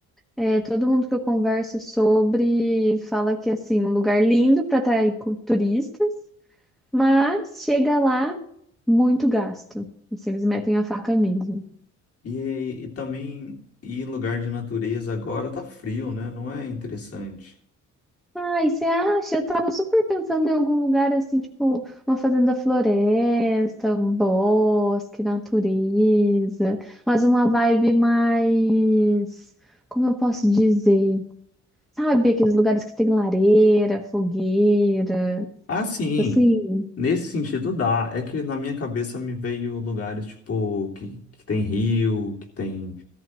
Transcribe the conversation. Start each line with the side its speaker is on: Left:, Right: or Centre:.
Centre: É, todo mundo que eu converso sobre fala que assim, um lugar lindo para atrair cu- turistas, mas chega lá muito gasto. Assim, eles metem a faca mesmo.
Left: E, aí- e também ir em lugar de natureza agora tá frio, né? Não é interessante.
Centre: Ai, você acha? Eu tava super pensando em algum lugar assim, tipo, uma fazenda floresta, um bosque, natureza, mas uma vibe mais, como eu posso dizer? Sabe, aqueles lugares que tem lareira, fogueira,
Left: Ah, sim.
Centre: tipo assim,
Left: Nesse sentido dá. É que na minha cabeça me veio lugares tipo que, que tem rio, que tem